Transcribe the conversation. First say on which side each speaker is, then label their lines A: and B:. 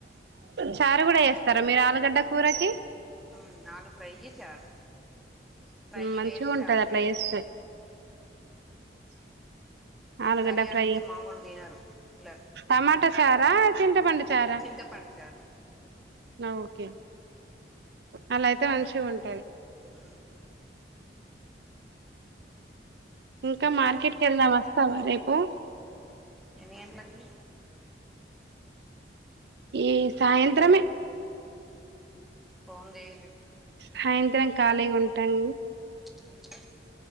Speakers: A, on the right (about 65°); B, in the centre.
A: చారు కూడా చేస్తరా మీరు ఆలుగడ్డ కూరకి
B: ఉ నాలు ఫ్రైయి చారు ఫ్రై
A: మంచిగా
B: వేరు
A: ఉంటది
B: చారు
A: అట్లా
B: వేరు
A: చేస్తే
B: ఈ
A: ఆలుగడ్డ
B: కర్రీ వండితే
A: ఫ్రై చేస్త
B: మామూలు తినరు పిల్లలు
A: టమాటా చారా చింత పండు చారా
B: చింతపండు చారు
A: ఆ ఓకే అలా అయితే మంచి ఉంటది
B: అ
A: ఇంకా మార్కెట్ కెళ్దాం వస్తావా రేపు
B: ఎన్నిగంట్లలకీ
A: ఈ సాయంత్రమే
B: పోన్ జేయుండ్రి
A: సాయంత్రం ఖాళీ ఉంటాం
B: ఉమ్